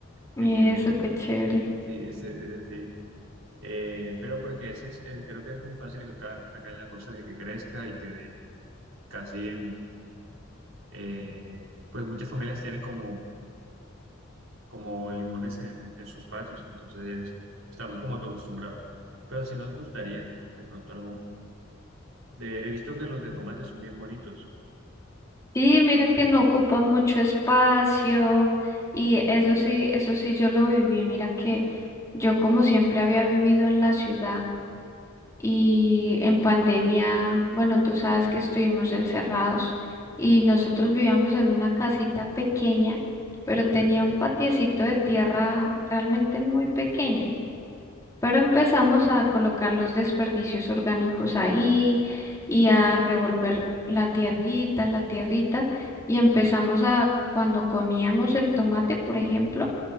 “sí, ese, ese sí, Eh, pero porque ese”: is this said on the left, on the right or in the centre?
Right